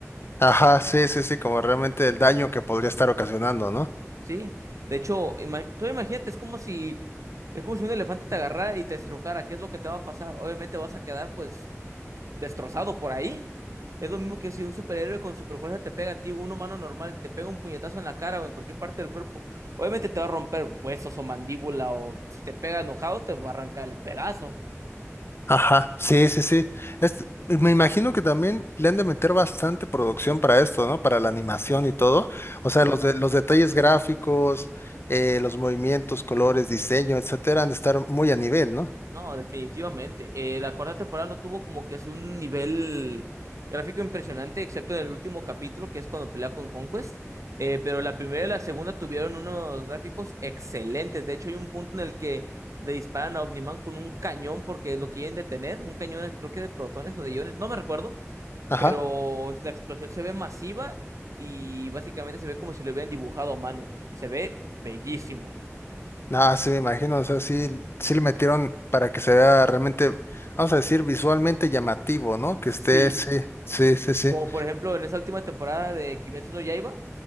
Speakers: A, on the left; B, on the right.
A: ajá, sí, sí, sí, como realmente el daño que podría estar ocasionando, ¿no?
B: Sí. De hecho, ima- tú imagínate, es como si es como si un elefante te agarrara y te estrujara. ¿Qué es lo que te va a pasar? Obviamente vas a quedar, pues. destrozado por ahí. Es lo mismo que si un superhéroe con superfuerza te pega a ti, un humano normal, te pega un puñetazo en la cara o en cualquier parte del cuerpo. Obviamente te va a romper huesos o mandíbula o si te pega enojado te va a arrancar el pedazo.
A: Ajá, sí, sí, sí. Es- me imagino que también le han de meter bastante producción para esto, ¿no? Para la animación y todo. O sea, los, de- los detalles gráficos, eh, los movimientos, colores, diseño, etcétera, han de estar muy a nivel, ¿no?
B: No, definitivamente. Eh, la cuarta temporada no tuvo como que es un nivel gráfico impresionante, excepto en el último capítulo, que es cuando pelea con Conquest. Eh, pero la primera y la segunda tuvieron unos gráficos excelentes. De hecho, hay un punto en el que le disparan a Omniman con un cañón porque lo quieren detener. Un cañón, creo que de protones o de iones, no me recuerdo.
A: Ajá.
B: Pero la explosión se ve masiva y básicamente se ve como si lo hubieran dibujado a mano. Se ve bellísimo.
A: Ah, sí, me imagino, o sea, sí, sí le metieron para que se vea realmente, vamos a decir, visualmente llamativo, ¿no?
B: Sí.
A: Que esté, sí, sí, sí, sí.
B: Como por ejemplo en esa última temporada de Kimetsu no Yaiba,